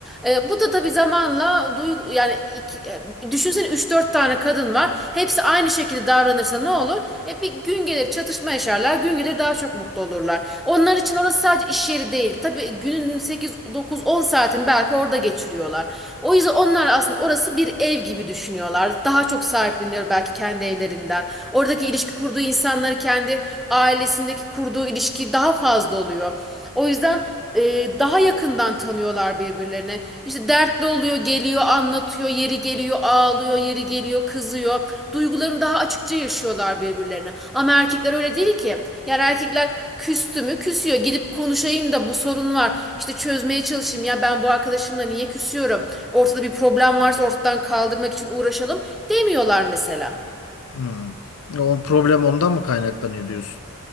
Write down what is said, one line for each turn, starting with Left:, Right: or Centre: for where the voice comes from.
Centre: E, bu da tabii zamanla duygu yani iki, e, düşünsene 3-4 tane kadın var. Hepsi aynı şekilde davranırsa ne olur? E, bir gün gelir çatışma yaşarlar. Gün gelir daha çok mutlu olurlar. Onlar için orası sadece iş yeri değil. Tabii günün 8 9 10 saatini belki orada geçiriyorlar. O yüzden onlar aslında orası bir ev gibi düşünüyorlar. Daha çok sahipleniyor belki kendi evlerinden. Oradaki ilişki kurduğu insanları kendi ailesindeki kurduğu ilişki daha fazla oluyor. O yüzden e, daha yakından tanıyorlar birbirlerine. İşte dertli oluyor, geliyor, anlatıyor, yeri geliyor, ağlıyor, yeri geliyor, kızıyor. Duygularını daha açıkça yaşıyorlar birbirlerine. Ama erkekler öyle değil ki. Yani erkekler küstü mü küsüyor. Gidip konuşayım da bu sorun var. İşte çözmeye çalışayım ya ben bu arkadaşımla niye küsüyorum? Ortada bir problem varsa ortadan kaldırmak için uğraşalım demiyorlar mesela.
Left: Hmm. O problem ondan mı kaynaklanıyor diyorsun?